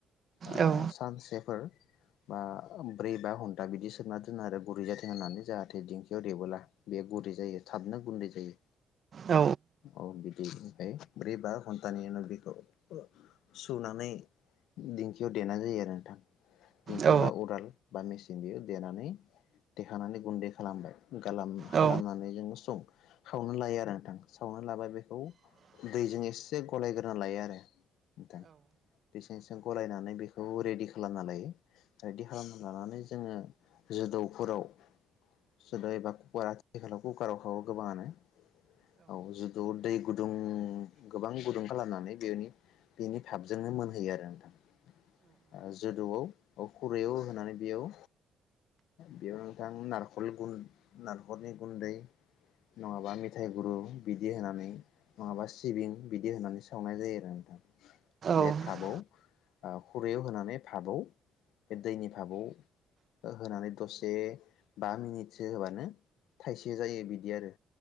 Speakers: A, on the left; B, on the right.
A: ओ
B: हो
A: सानसेफोर बा ब्रै बा घन्टा बिदि सोमना दोनो आरो गुरै जाथों होननानै जाहाथे दिंखियाव देबोला बेयो गुरै जायो थाबनो गुन्दै जायो।
B: औ
A: औ बिदि यै ब्रै बा घन्टानि उनाव बेखौ ओ सुनानै दिंखियाव देनाय जायो आरो नोंथां। दिंखि
B: औ
A: बा उराल मेचिन बेयो देनानै देखानानै गुन्दै खालामबाय। गालाम खालामनानै
B: औ
A: जोङो सं सावनो लायो आरो नोंथां सावना लाबाय बेखौ दैजों एसे गलायग्रोना लायो आरो नोंथां एसे एसे गलायनानै बेखौ रेडि खालामनानै लायो। खालामना लानानै जोङो जोदौफोराव सोनाय एबा कुवा आथिखालाव कुकाराव खावो गोबाङानो। औ जुदौ दै गु दुं गोबां गुदुं खालामनानै बेनि बेनि थाफजोंनो मोनहैयो आरो नोंथां। ओ जोदौआव अह खु खुरैयाव होनानै बेयाव बेयाव नोंथां नारखल गुन नारखलनि गुन्दै नङाबा मेथाइ गुरु बिदि होनानै नङाबा सिबिं बिदि होनानै सावनाय जायो आरो नोंथां
B: औ
A: बे भाबआव खुरैयाव होनानै भाबआव बे दैनि भाबाव ओ होनानै दसे बा मिनिटसो होबानो थाइसे जायो बिदि आरो